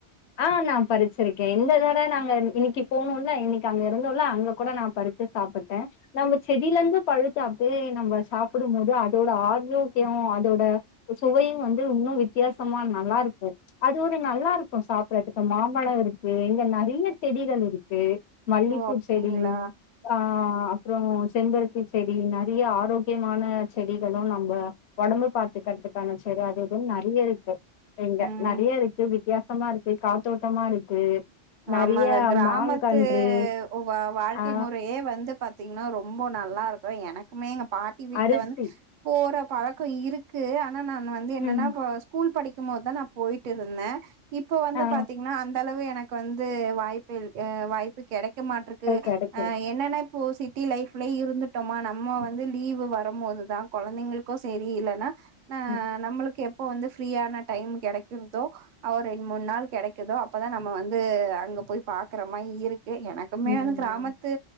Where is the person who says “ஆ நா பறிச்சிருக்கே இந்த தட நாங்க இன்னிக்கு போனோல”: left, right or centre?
Left